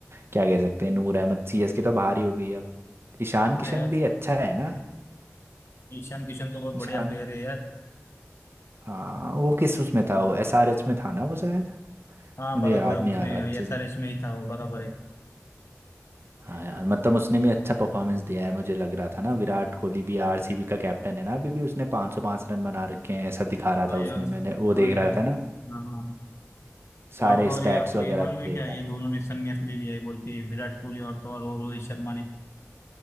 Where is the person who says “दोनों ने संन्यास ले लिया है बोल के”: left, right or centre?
Left